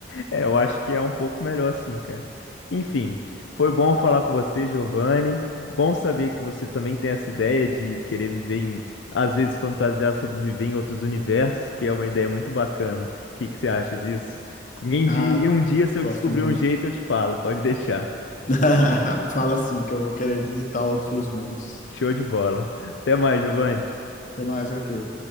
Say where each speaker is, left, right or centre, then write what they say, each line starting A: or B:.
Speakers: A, on the left; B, on the left.
A: É, eu acho que é um pouco melhor assim, cara. Enfim, foi bom falar com você, Giovanni. Bom saber que você também tem essa ideia de querer viver em, às vezes fantasiar sobre viver em outros universos, que é uma ideia muito bacana. O que que você acha disso? Em
B: Ah,
A: dia, e um dia, se eu
B: gosto
A: descobrir
B: muito.
A: um jeito, eu te falo. Pode deixar.
B: <laughs> Fala assim que eu vou querer visitar outros mundos.
A: Show de bola. Até mais, Giovanni.
B: Até mais, Arthur.